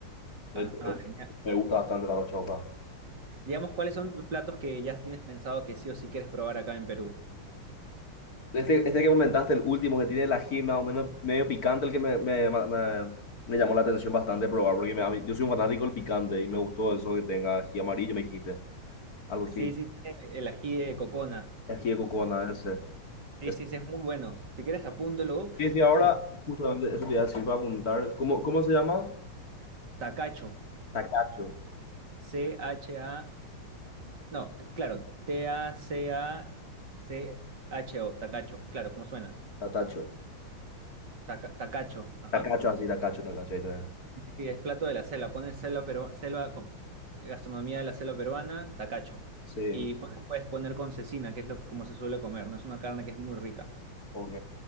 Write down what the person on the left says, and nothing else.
De
hecho,
me gusta bastante el arroz chaufa.
Este, este que comentaste, el último que tiene el ají, más o menos medio picante, el que me, me, me- me llamó la atención bastante probar, porque me- a mí- yo soy un fanático del picante y me gustó eso que tenga ají amarillo, me dijiste. Algo
así,
ají de cocona, ese.
ese.
Sí, sí, ahora
justamente eso te iba a decir para apuntar. ¿Cómo, cómo se llama?
Tacacho,
tacacho.
Tacacho, así, tacacho, tacacho. ahí tenés.
Sí.
Ok.